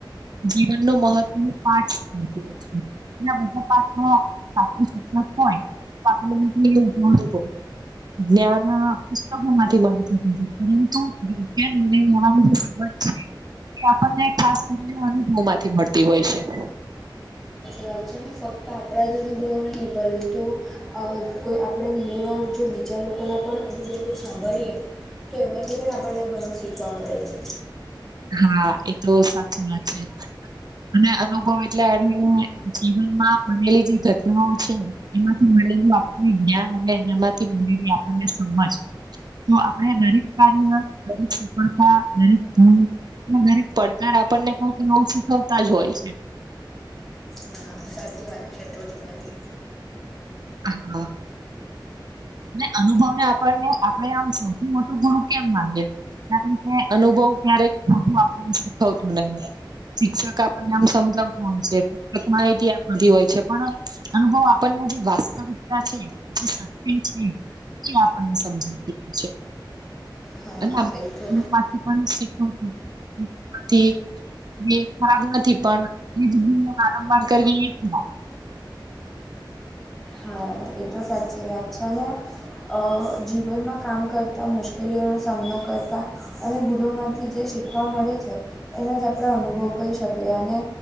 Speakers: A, on the right; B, in the centre.
A: જીવનનો મહત્વ પાઠસ <unintelligible> બધા પાથો સાચું શિક્ષક હોય <unintelligible> ને આ પુસ્તકો માંથી બની શકે પરંતુ વિજ્ઞાન <unintelligible> <unintelligible> એ આપણને ખાસ કરી અનુભવમાંથી મળતી હોય છે <inaudible>
B: અચાનક ફક્ત આપણા જ અનુભવો નહીં પરંતુ અ કોઈ આપણે ઘણી વાર જો બીજા લોકોના પણ અનુભવો સાંભળીએ તો એમાંથી પણ આપણને ઘણું શીખવા મળે છે.
A: હા એ તો સાચી વાત છે. અને અનુભવ એટલે <unintelligible> જીવનમાં બનેલી જે ઘટનાઓ છે એમાંથી મળેલું આપણને જ્ઞાન અને એનામાંથી બનેલી આપણને સમજ તો આપડે દરેક કાર્ય દરેક સફળતા દરેક ગુણ દરેક પડકાર આપણને કઈક નવું શીખવતા જ હોય છે
B: હા સાચી વાત વાત છે તો તમારી
A: હા અને અનુભવને આપણને આપડે આમ સૌથી મોટો ગુરુ કેમ માનીએ કારણ કે અનુભવ ક્યારેક ખોટું આપણને શીખવતું નહી શિક્ષક આપણને આમ સમજાવતા હોય છે. માહિતી આપતી હોય છે પણ અનુભવ આપણને જે વાસ્તવિકતા છે <unintelligible>
B: હા એ તો
A: <inaudible> એ પણ શીખવતું <unintelligible> એ ખરાબ નથી પણ ઇજ ભૂલ ને વારંવાર કરવી ઇ જ ને
B: હા એ તો સાચે વાત છે ને અ જીવનમાં કામ કરતા મુશ્કેલીઓનો સામનો કરતા અને ભૂલોમાંથી જે શીખવા મળે છે એને જ આપણે અનુભવ કહી શકીએ અને